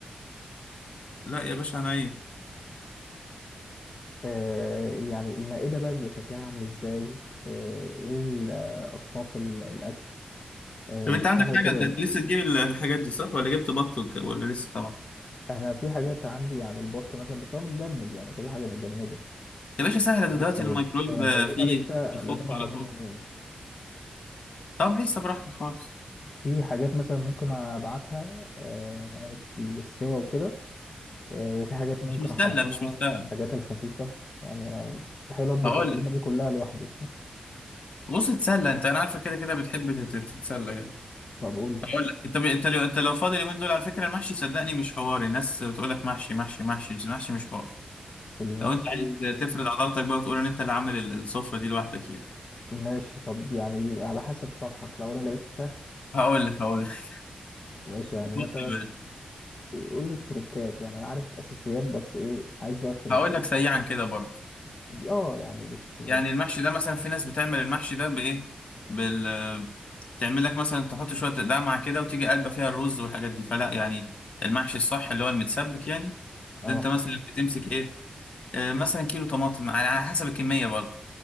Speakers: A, on the left (about 55°); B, on the left (about 40°).
A: لا يا باشا انا ايه
B: آه يعني المائدة بقى بيبقى شكلها عامل ازاي آه ايه ال- آه، اصناف ال- الاكل آه
A: طب انت
B: اشرح
A: عندك
B: لي
A: حاجه
B: كده
A: انت لسه تجيب الحاجات دي صح ولا جبت بط وك- ولا لسه طبعا
B: انا في حاجات عندي عن البط مثلا بس هو متجمد يعني كل حاجة متجمدة
A: يا باشا سهله ده
B: أنا
A: دلوقتي
B: لسه
A: الميكرويف
B: هي هي
A: آه،
B: العزومة
A: فيه
B: لسه العزومة
A: بيفك على
B: كمان
A: طول
B: يومين
A: طب لسه براحتك خالص
B: في حاجات مثلا ممكن ابعتها آه، للسوا وكده آه، وفي حاجات ممكن
A: مش مستاهله
B: احضرها
A: مش مستاهله
B: الحاجات الخفيفه يعني انا مستحيل اطبخ
A: هقول
B: الوليمه
A: لك
B: دي كلها لوحدي
A: بص اتسلى انت انا عارفه كده كده بتحب تت- تتسلى يعني
B: طب قول لي
A: اقول لك انت انت لو انت لو فاضي اليومين دول على فكره المحشي صدقني مش حوار الناس بتقول لك محشي محشي محشي بس المحشي مش حوار
B: المحشي
A: لو انت عايز تفرد عضلاتك بقى وتقول ان انت اللي عامل ال- السفره دي لوحدك يعني
B: ماشي طب يعني على حسب شرحك لو انا لقيته سهل
A: هقول لك هقول لك <laughs>
B: ماشي يعني
A: بص
B: مثلا
A: يا باشا،
B: قول لي التريكات يعني انا عارف اساسيات بس ايه عايز بقى التريكات
A: هقول لك سريعا كده برضه
B: اه يعني مش
A: يعني المحشي ده مثلا في ناس بتعمل المحشي ده بايه بال تعمل لك مثلا تحط شويه دمعه كده وتيجي قلبه فيها الرز والحاجات دي فلا يعني المحشي الصح اللي هو المتسبك يعني
B: اه
A: ده انت مثلا بتمسك ايه آه، مثلا كيلو طماطم على على حسب الكميه برضه